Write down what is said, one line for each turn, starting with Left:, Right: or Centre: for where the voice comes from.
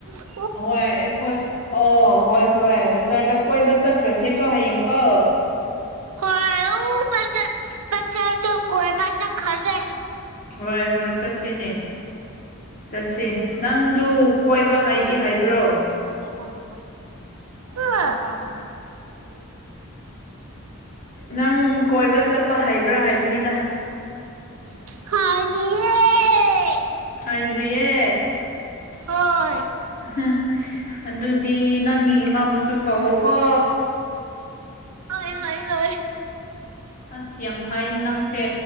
Right: ꯂ
Left: ꯍꯣꯏ ꯑꯩꯈꯣꯏ ꯑꯣ ꯍꯣꯏ ꯍꯣꯏ ꯕꯖꯥꯔꯗ ꯀꯣꯏꯕ ꯆꯠꯈ꯭ꯔꯁꯦꯀꯣ ꯍꯌꯦꯡꯀꯣ
Right: ꯍꯣꯏ ꯎ ꯕꯖꯗ ꯕꯆꯔꯗ ꯀꯣꯏꯕ ꯆꯈꯁꯦ
Left: ꯍꯣꯏ ꯍꯣꯏ ꯆꯠꯁꯦꯅꯦ ꯆꯠꯁꯦ ꯅꯪꯗꯨ ꯀꯣꯏꯕ ꯍꯥꯏꯗꯤ ꯍꯥꯏꯕ꯭ꯔꯣ
Right: <unintelligible>
Left: ꯅꯪ ꯀꯣꯏꯕ ꯆꯠꯄ ꯍꯩꯕ꯭ꯔꯥ ꯍꯥꯏꯕꯅꯤꯗ
Right: ꯍꯥꯎꯇꯤꯌꯦ
Left: ꯍꯥꯎꯗ꯭ꯔꯤ ꯌꯦ
Right: ꯍꯣꯏ
Left: <unintelligible> ꯑꯗꯨꯗꯤ ꯅꯪꯒꯤ ꯏꯃꯥꯕꯨꯁꯨ ꯀꯧꯋꯣ ꯀꯣ
Right: ꯍꯣꯏ ꯍꯣꯏ ꯍꯣꯏ
Left: ꯑꯁ ꯌꯥꯝ ꯐꯩ ꯅꯪꯁꯦ